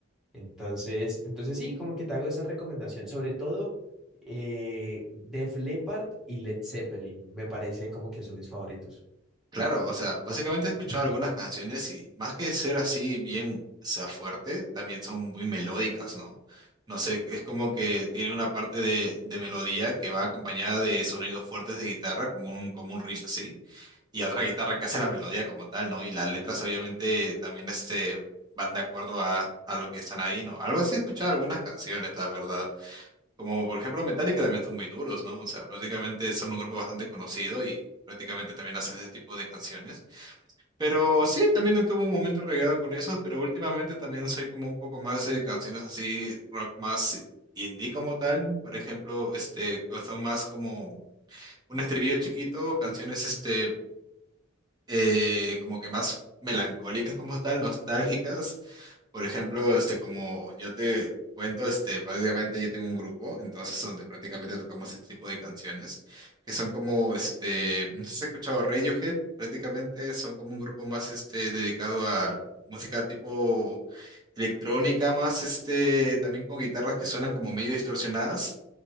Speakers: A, in the centre; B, on the right (about 20°).
A: Entonces, entonces sí, como que te hago esa recomendación. Sobre todo eh, Def Leppard y Led Zeppelin, me parece como que son mis favoritos.
B: Claro, o sea, básicamente he escuchado algunas canciones y más que ser así bien, o sea, fuerte, también son muy melódicas, ¿no? No sé, es como que tienen una parte de, de melodía que va acompañada de sonidos fuertes de guitarra, como un, como un riff así, y otra guitarra que hace la melodía como tal, ¿no? Y las letras obviamente también este, van de acuerdo a, a lo que están ahí, ¿no? Algo así he escuchado algunas canciones, la verdad. Como por ejemplo Metallica también son muy duros, ¿no? O sea, prácticamente son un grupo bastante conocido y prácticamente también hacen ese tipo de canciones. Pero sí, también tuve un momento regado con esos, pero últimamente también soy como un poco más de canciones así, rock más indie como tal. Por ejemplo, este, que son más como un estribillo chiquito, canciones este, eh, como que más melancólicas como tal, nostálgicas. Por ejemplo, este, como yo te cuento, este, básicamente yo tengo un grupo, entonces donde prácticamente tocamos este tipo de canciones, que son como, este, no sé si has escuchado Radiohead, prácticamente son como un grupo más, este, dedicado a música tipo electrónica, más, este, también con guitarras que suenan como medio distorsionadas,